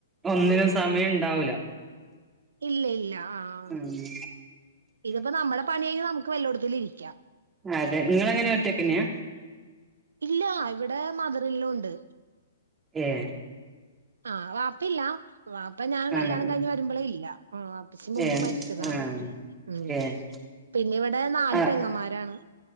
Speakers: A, on the right (about 15°); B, on the right (about 80°).
A: ഒന്നിനും സമയണ്ടാവൂല
B: ഇല്ല ഇല്ല ആഹ്
A: ഉം
B: ഇതിപ്പോ നമ്മളെ പണികഴിഞ്ഞ് നമ്മക്ക് വെല്ലോട്ത്തിലും ഇരിക്കാം
A: അതെ ഇങ്ങളെങ്ങനാ ഒറ്റക്കെന്ന്യാ
B: ഇല്ല ഇവടെ മദറിലോ ഉണ്ട്
A: ഏഹ്
B: ആഹ് വാപ്പില്ല വാപ്പ ഞാൻ കല്യാണം
A: ആഹ്
B: കഴിഞ്ഞ് വരുമ്പോളേ ഇല്ല ആഹ് ഉപ്പച്ചി മുമ്പ്
A: ഏഹ്
B: മരിച്ചതാണ്
A: ആഹ്
B: ഉം
A: ഏഹ്
B: പിന്നെവ്ടെ നാല്
A: ആഹ്
B: പെങ്ങമാരാണ്